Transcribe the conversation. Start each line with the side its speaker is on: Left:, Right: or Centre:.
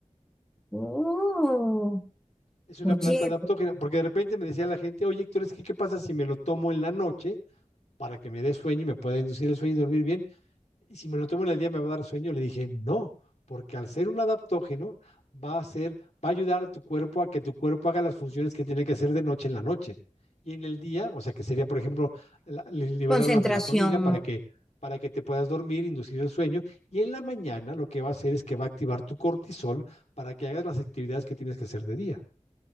Centre: Oh,
Left: Es una
Centre: oye,
Left: planta adaptógena, porque de repente me decía la gente, oye Héctor, es que ¿qué pasa si me lo tomo en la noche para que me dé sueño y me pueda inducir el sueño y dormir bien? y si me lo tomo en el día me va a dar sueño, le dije, no, porque al ser un adaptógeno va a ser, va a ayudar a tu cuerpo a que tu cuerpo haga las funciones que tiene que hacer de noche en la noche. Y en el día, o sea que sería, por ejemplo, la- li- liberar
Centre: concentración.
Left: la melatonina para que, para que te puedas dormir, inducir el sueño. Y en la mañana lo que va a hacer es que va a activar tu cortisol para que hagas las actividades que tienes que hacer de día.